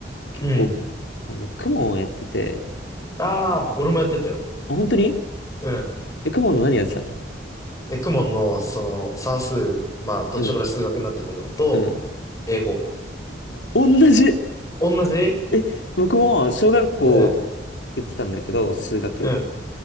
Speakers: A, on the left; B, on the left.
A: 結構、
B: うん。
A: あの、公文をやってて、
B: ああ、俺もやってたよ。
A: あ、本当に
B: うん。
A: え、クモンの何やってたの
B: エクモンの、その、算数、まあ、途中から数学になったけど、
A: うん、
B: と、
A: うん。
B: 英語。
A: お同じ
B: 同じ
A: え、僕も小学校
B: うん、
A: やってたんだけど、数学。
B: うん。